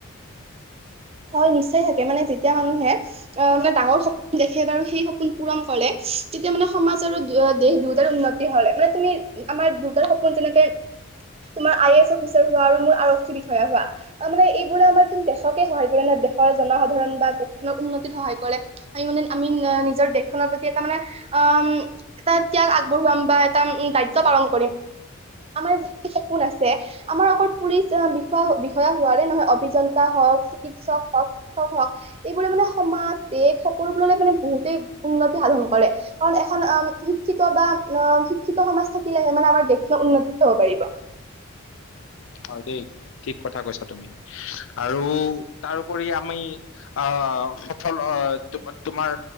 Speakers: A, on the right; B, on the left.
A: হয় নিশ্চয় থাকে, মানে যেতিয়া মানুহে অ-মানে ডাঙৰ সপোন দেখে বাৰু সেই সপোন পূৰণ কৰে তেতিয়া মানে সমাজ আৰু দেশ দুয়টাৰ উন্নতি হ'লে মানে তুমি আমাৰ দুইটাৰ সপোন যেনেকে তোমাৰ আই এ এছ অফিচাৰ হোৱা আৰু মোৰ আৰক্ষী বিষয়া হোৱা। তাৰমানে এই বোৰে আমাৰচোন দেশকে সহায় কৰে ন, দেশৰ জনসাধাৰণ বা দেশখনৰ উন্নতিত সহায় কৰে। আমি মানে, আমি নিজৰ দেশখনৰ প্ৰতি এটা মানে অ' এটা ত্যাগ আগ বঢ়োৱাম বা এটা উম, দায়িত্ব পালন কৰিম। আমাৰ যিটো সপোন আছে, আমাৰ অকল পুলিচ বিষয়া হোৱাৰে নহয়। অ অভিযন্তা হওক, চিকিৎসক হওক, শিক্ষক হওক এইবোৰে মানে সমা দেশ সকলো বোৰলে মানে ব তেই উন্নতি সাধন কৰে, কাৰণ এখন অ' শিক্ষিত বা অ' শিক্ষিত সমাজ থাকিলেহে মানে আমাৰ আমাৰ দেশখনৰ উন্নতি হব পাৰিব।
B: হয় দেই, ঠিক কথা কৈছা তুমি। আৰু তাৰওপৰি আমি আ আ' সফল, অ' তোমাৰ